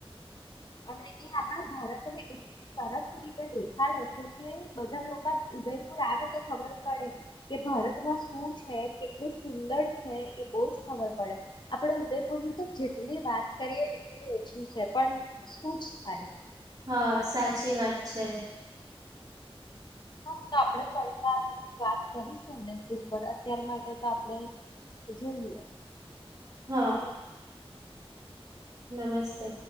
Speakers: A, on the left; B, on the right.
A: અને એ આપણા ભારત ને એટ સરસ રીતે દેખાડે છે, કે બધા લોકો ઉદયપુર આવે તો ખબર પડે કે ભારતમાં શું છે, કેટલું સુંદર છે, એ બો જ ખબર પડે. આપડે ઉદયપુર ની તો જેટલી વાત કરીએ એટલી ઓછી છે પણ શું જ થાય?
B: હા, સાચી વાત છે.
A: હા, તો આપણે ફરી વાત વાત કહીશું ને તે પર અત્યાર માટે તો આપડે જોઈએ.
B: હા. નમસ્તે.